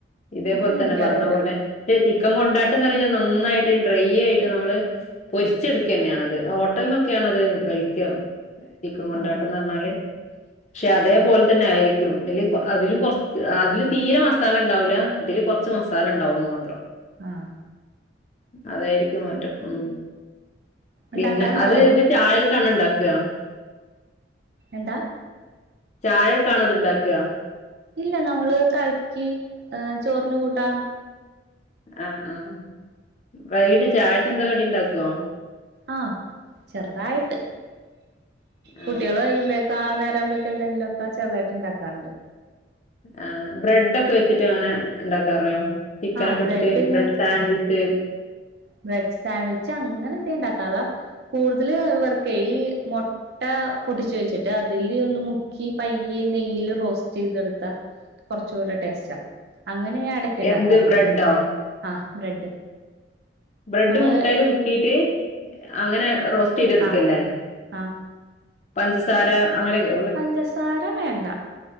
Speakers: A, on the left; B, on the right.
A: ഇതേപോൽ
B: അത്
A: തന്നെ
B: എനിക്കറിയില്ല
A: പറഞ്ഞ പോലെ പിന്നെ ചിക്കൻ കൊണ്ടാട്ടന്ന് റീണ് നന്നായിട്ട് ഡ്രൈ ആയിട്ട് നമ്മള് പൊരിച്ചെട്ക്കെന്നേണത് ഹോട്ടൽന്നൊക്കെയാണത് കഴിക്കാ ചിക്കൻ കൊണ്ടാട്ടന്ന്
B: ആഹാ
A: ർഞ്ഞാല് പക്ഷെ അതേപോലെ തന്നെ ആയിരിക്കും തില് അതിലും കൊറ അതില് തീരെ മസാല ഉണ്ടാവൂല ഇതില് കുറ കൊറച്ച് മസാല ഉണ്ടാവുന്ന് മാത്രം.
B: ആഹ്
A: അതായിരിക്കും മാറ്റം ഉം പിന്നെ
B: ഇണ്ടാക്കാറുണ്ടോ
A: അത് ത് ചായക്കാണോ ഉണ്ടാക്കുക <unintelligible>
B: എന്താ?
A: ചായക്കാണോ അത്ണ്ടാക്ക?
B: ഇല്ല നമ്മള് കറിക്ക് ചോറിന് കൂട്ടാം
A: ആഹ ആഹ് വൈകീട്ട് ചായക്കന്താ കടിണ്ടാക്കോ?
B: ആഹ് ചെറുതായിട്ട് കുട്ടികള്
A: ആ
B: വരുമ്പെ ആ നേരാവുമ്പൊഴേക്കു ന്തെങ്കിലൊക്കെ ചെറുതായിട്ട് ഉണ്ടാക്കാറുണ്ട്.
A: ആ ബ്രെഡൊക്കെ വെച്ചിട്ട് അങ്ങനെ ഉണ്ടാക്കാറിയോ? ചിക്കനൊക്കെ
B: ആഹ്
A: ട്ടിട്ട് ബ്രെഡ്
B: ഞാൻ
A: സാൻവിച്ച്
B: ബ്രെഡ് സാൻവിച്ച് അങ്ങനെ അധികം ഉണ്ടാക്കാറില്ല കൂടുതൽ ഇവർക്കേ ഈ മുട്ട പൊട്ടിച്ചൊഴിച്ചിട്ട് അതില് ഒന്ന് മുക്കി പയ്യെ നെയ്യില് റോസ്റ്റീതെടുത്താ കൊറച്ചൂടെ ടേസ്റ്റാ അങ്ങനെ ഞാൻ എടക്ക് ണ്ടാക്കാറുണ്ട്
A: എന്ത് ബ്രെഡോ
B: ആഹ് ബ്രെഡ്.
A: ബ്രെഡ്
B: നമ്മള്
A: മുട്ടെല് മുക്കീട്ട് അങ്ങനെ റോസ്റ്റ് ചെയ്തെടുക്കല്ലേ?
B: ആഹ് ആഹ്
A: പഞ്ചസാര അങ്ങനെക്കെ
B: പഞ്ചസാര വേണ്ട